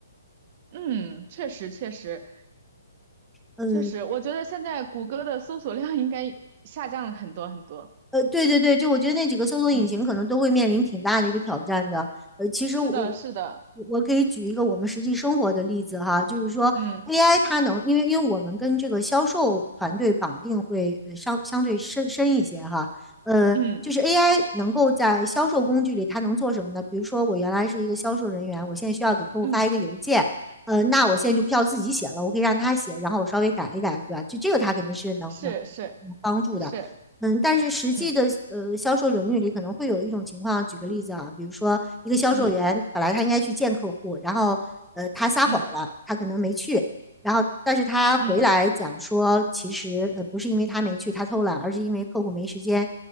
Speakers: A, on the right; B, in the centre.
A: 嗯，确实确实。
B: 嗯，
A: 确实，我觉得现在谷歌的搜索量应该下降了很多很多。
B: 呃，对对对，就我觉得那几个搜索引擎可能都会面临挺大的一个挑战的。
A: 嗯，
B: 呃，其实我
A: 是的，是的，
B: 我可以举一个我们实际生活的例子哈，就是说
A: 嗯
B: AI 它能，因为因为我们跟这个销售团队绑定会呃相相对深深一些哈，呃，
A: 嗯
B: 就是 AI 能够在销售工具里它能做什么呢？比如说我原来是一个销售人员，我现在需要给客户发一个邮件，
A: 嗯，
B: 呃，那我现在就不需要自己写了，我可以让他写，然后我稍微改一改，对吧？就这个他肯定是能能
A: 是是
B: 助的。
A: 是，
B: 嗯，但是实际的呃销售领域里可能会有一种情况，
A: 嗯
B: 举个例子啊，比如说一个销售员本来他应该去见客户，
A: 嗯
B: 然后呃他撒谎了，
A: 嗯
B: 他可能没去，然后但是他回来讲说，
A: 嗯，
B: 其实呃不是因为他没去，他偷懒，而是因为客户没时间。